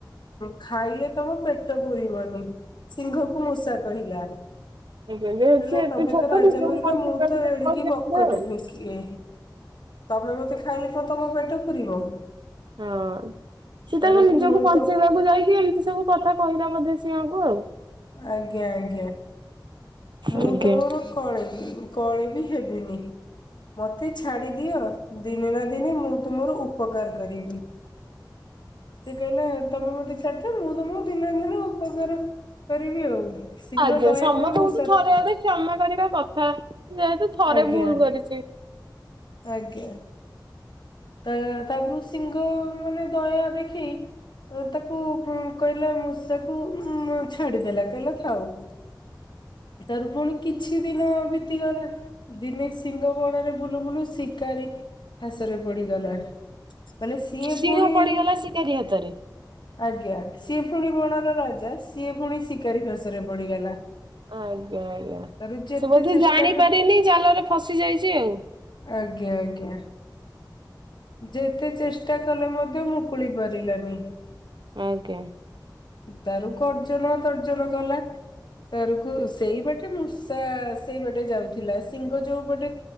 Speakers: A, on the left; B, on the right.
A: ଖାଇଲେ ତମ ପେଟ ପୁରିବନି। ସିଂହ କୁ ମୂଷା କହିଲା। କହିଲା
B: ଆଜ୍ଞା ସେ ଏତେ
A: ତମେ
B: ଛୋଟ
A: ତ ରାଜା
B: ନିଜକୁ
A: ପରିକା
B: ବଞ୍ଚେଇବାକୁ
A: ମୁଁ ତ
B: ଯାଇ
A: ଏଡିକି
B: କହିଲେ
A: ବକଟେ
B: ବୋଧେ ଆଉ।
A: ହେଇକି। ତମେ ମତେ ଖାଇଲେ କଣ ତମ ପେଟ ପୁରିବ?
B: ହଁ ସେ
A: ତାରକୁ
B: ତାଙ୍କ ନିଜକୁ
A: ମୁଁ
B: ବଞ୍ଚେଇବା
A: ତ
B: ତାକୁ ଯାଇକି ଏମିତି ସବୁ କଥା କହିଲା ମତେ ସିଆଙ୍କୁ ଆଉ।
A: ଆଜ୍ଞା ଆଜ୍ଞା ମୁଁ
B: ଆଜ୍ଞା।
A: ତମର କଳେ ବି କଳେ ବି ହେବିନି। ମତେ ଛାଡି ଦିଅ ଦିନେ ନା ଦିନେ ମୁଁ ତୁମର ଉପକାର କରିବି। ସେ କହିଲେ ତମେ ମତେ ଛାଡିଛ, ମୁଁ ତମକୁ ଦିନ ଦିନ ଉପକାର। କରିବି ଆଉ ଶିଂଙ୍ଗ
B: ଆଜ୍ଞା
A: ଦୟାକରି
B: ସମସ୍ତଙ୍କୁ
A: ମୂଷାକୁ
B: ତ ଥରେ ଅଧେ କ୍ଷମା କରିବା କଥା ଯେହେତୁ ଥରେ
A: ଆଜ୍ଞା
B: ଭୁଲ କରିଛି।
A: ଆଜ୍ଞା। ତା ତାପରୁ ସିଂହ ମାନେ ଦୟା ଦେଖି ଓ ତାକୁ କହିଲା ମୂଷାକୁ ମୁ ଛାଡିଦେଲା କହିଲା ଥାଉ। ତାର ପୁଣି କିଛି ଦିନ ବିତିଗଲା। ଦିନେ ସିଂହ ବଣରେ ବୁଲୁ ବୁଲୁ ଶିକାରୀ ଫାସରେ ପଡିଗଲା। ମାନେ ସିଏ
B: ସିଂହ
A: ପୁଣି
B: ପଡିଗଲା ଶିକାରୀ ହାତରେ।
A: ଆଜ୍ଞା ସିଏ ପୁଣି ବଣର ରାଜା ସିଏ ପୁଣି ଶିକାରୀ ଫାସରେ ପଡିଗଲା।
B: ଆଜ୍ଞା ଆଜ୍ଞା,
A: ତାର ଯେତେ
B: ସେ ବୋଧେ
A: ଚେଷ୍ଟା
B: ଜାଣିପାରିନି
A: କଲେ
B: ଚାଲରେ ଫସି ଯାଇଛି ଆଉ।
A: ଆଜ୍ଞା ଆଜ୍ଞା। ଯେତେ ଚେଷ୍ଟା କଲେ ମଧ୍ୟ ମୁକୁଳି ପାରିଲାନି।
B: ଆଜ୍ଞା।
A: ତାରକୁ କର୍ଜନ ତର୍ଜନ କଲା ତାରକୁ ସେଇ ବାଟେ ମୁଶ୍ ଷା ସେଇ ବାଟେ ଯାଉଥିଲା। ସିଂହ ଯୋଉ ପଟେ